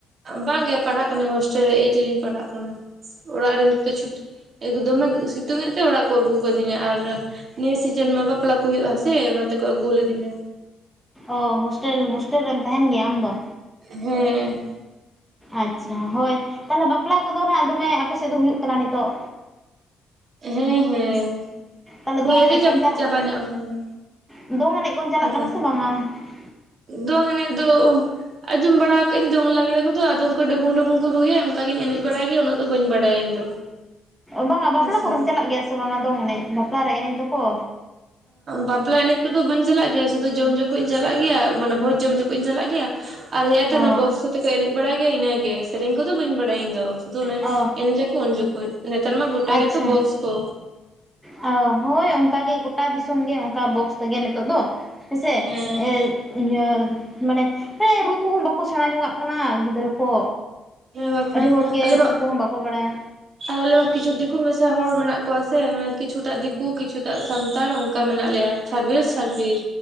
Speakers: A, on the right; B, in the centre.
A: ᱵᱟᱝ ᱜᱮ ᱯᱟᱲᱦᱟᱜ ᱠᱟᱱᱟᱹᱧ ᱦᱳᱥᱴᱮᱞ ᱨᱮ ᱮᱭᱤᱴ ᱨᱤᱧ ᱯᱟᱲᱦᱟᱜ ᱠᱟᱱᱟ ᱚᱲᱟᱜ ᱨᱮ ᱱᱤᱛ ᱫᱚ ᱪᱷᱩᱴᱤ ᱮᱠ ᱫᱚᱢᱮ ᱥᱤᱛᱩᱝ ᱮ ᱛᱮ ᱚᱲᱟᱜ ᱠᱚ ᱟᱜᱩ ᱟᱠᱟ ᱫᱤᱧᱟ ᱟᱨ ᱱᱤᱭᱟᱹ ᱥᱤᱡᱮᱱ ᱢᱟ ᱵᱟᱯᱞᱟ ᱠᱚ ᱦᱩᱭᱩᱜᱼᱟ ᱥᱮ ᱚᱱᱟ ᱛᱮᱠᱚ ᱟᱹᱜᱩ ᱞᱤᱫᱤᱧᱟ
B: ᱚ ᱦᱳᱥᱴᱮᱞ ᱦᱳᱥᱴᱮᱞ ᱨᱮᱢ ᱛᱟᱸᱦᱮᱱ ᱜᱮᱭᱟ ᱟᱢ ᱫᱚ
A: ᱦᱮᱸ
B: ᱟᱪᱪᱷᱟ ᱦᱳᱭ ᱛᱟᱦᱚᱞᱮ ᱵᱟᱯᱞᱟ ᱠᱚᱫᱚ ᱱᱟᱜ ᱫᱚᱢᱮ ᱟᱯᱮ ᱥᱮᱫ ᱫᱚ ᱦᱩᱭᱩᱜ ᱠᱟᱱᱟ ᱱᱤᱛᱚᱜ
A: ᱦᱮᱸ ᱦᱮᱸ
B: ᱛᱟᱦᱚᱞᱮ
A: ᱦᱩᱭᱩᱜ
B: ᱫᱚᱝ ᱮᱱᱮᱡ
A: ᱨᱮ
B: ᱠᱚᱢ ᱪᱟᱞᱟᱜ
A: ᱪᱟᱵᱟ ᱧᱚᱜ ᱟᱠᱟᱱᱟ
B: ᱫᱚᱝ ᱮᱱᱮᱡ ᱠᱚᱢ
A: ᱦᱮᱸᱥᱮ
B: <unintelligible>
A: ᱫᱚᱝ ᱮᱱᱮᱡ ᱫᱚ ᱟᱸᱡᱚᱢ ᱵᱟᱲᱟ ᱟᱠᱟᱫ ᱟᱹᱧ ᱫᱚᱝ ᱞᱟᱜᱽᱲᱮ ᱠᱚᱫᱚ ᱟᱫᱚ ᱰᱟᱹᱵᱩᱝ ᱰᱟᱹᱵᱩᱝ ᱠᱚ ᱨᱩᱭᱟ ᱚᱱᱠᱟ ᱜᱤᱧ ᱮᱱᱮᱡ ᱵᱟᱲᱟᱭ ᱜᱮᱭᱟ ᱩᱱᱟᱹᱜ ᱫᱚ ᱵᱟᱹᱧ ᱵᱟᱲᱟᱭᱟ ᱤᱧ ᱫᱚ
B: ᱵᱟᱝ-ᱟ ᱵᱟᱯᱞᱟ
A: ᱦᱮᱸᱥᱮ
B: ᱠᱚᱨᱮᱢ ᱪᱟᱞᱟᱜ ᱜᱮᱭᱟ ᱥᱮ ᱵᱟᱝ-ᱟ ᱫᱚᱝ ᱮᱱᱮᱡ ᱵᱟᱯᱞᱟ ᱨᱮ ᱮᱱᱮᱡ ᱫᱚᱠᱚ
A: ᱵᱟᱯᱞᱟ ᱮᱱᱮᱡ ᱠᱚᱫᱚ ᱵᱟᱹᱧ ᱪᱟᱞᱟᱜ ᱜᱮᱭᱟ ᱥᱩᱫᱷᱩ ᱡᱚᱢ ᱡᱚᱠᱷᱚᱡ ᱤᱧ ᱪᱟᱞᱟᱜ ᱜᱮᱭᱟ ᱢᱟᱱᱮ ᱵᱷᱚᱡᱽ ᱡᱚᱢ ᱡᱚᱠᱷᱚᱡ ᱤᱧ ᱪᱟᱞᱟᱜ ᱜᱮᱭᱟ ᱟᱞᱮ ᱟᱛᱳ
B: ᱚ
A: ᱚᱱᱟ ᱵᱚᱠᱥ ᱠᱚᱛᱮ ᱠᱚ ᱮᱱᱮᱡ ᱵᱟᱲᱟᱭ ᱜᱮᱭᱟ ᱤᱱᱟᱹᱜᱮ ᱥᱮᱨᱮᱧ ᱠᱚᱫᱚ ᱵᱟᱹᱧ ᱵᱟᱲᱟᱭᱟ ᱤᱧ ᱫᱚ
B: ᱚ
A: ᱮᱱᱮᱡ ᱟᱠᱚ ᱩᱱ ᱡᱚᱠᱷᱚᱱ ᱱᱮᱛᱟᱨ ᱢᱟ ᱜᱚᱴᱟ
B: ᱟᱪᱪᱷᱟ
A: ᱜᱮᱛᱚ ᱵᱚᱠᱥ ᱠᱚ
B: ᱚ ᱦᱳᱭ ᱚᱱᱠᱟ ᱜᱮ ᱜᱚᱴᱟ ᱫᱤᱥᱚᱢ ᱜᱮ ᱚᱱᱠᱟ ᱵᱚᱠᱥ ᱛᱮᱜᱮ ᱱᱤᱛᱚᱜ ᱫᱚ ᱦᱮᱸᱥᱮ
A: ᱦᱮᱸ
B: ᱮᱜ ᱤᱭᱟᱹ ᱢᱟᱱᱮ ᱨᱩ ᱠᱚᱦᱚ ᱵᱟᱠᱚ ᱥᱮᱬᱟ ᱡᱚᱝᱟᱜ ᱠᱟᱱᱟ ᱜᱤᱫᱽᱨᱟᱹ ᱠᱚ
A: ᱦᱮ ᱵᱟᱠᱷᱟᱱ
B: ᱟᱹᱰᱤ ᱦᱚᱲᱜᱮ
A: ᱟᱞᱮ
B: ᱨᱩ
A: ᱢᱟ
B: ᱠᱚᱦᱚ ᱵᱟᱠᱚ ᱵᱟᱲᱟᱭᱟ
A: ᱟᱨ ᱟᱞᱮ ᱢᱟ ᱠᱤᱪᱷᱩ ᱫᱤᱠᱩ ᱢᱮᱥᱟ ᱦᱚᱲ ᱢᱮᱱᱟᱜ ᱠᱚᱣᱟ ᱥᱮ ᱢᱟᱱᱮ ᱠᱤᱪᱷᱩ ᱴᱟᱜ ᱫᱤᱠᱩ ᱠᱤᱪᱷᱩ ᱴᱟᱜ ᱥᱟᱱᱛᱟᱲ ᱚᱱᱠᱟ ᱢᱮᱱᱟᱜ ᱞᱮᱭᱟ ᱪᱷᱟᱲᱵᱤᱲ ᱪᱷᱟᱲᱵᱤᱲ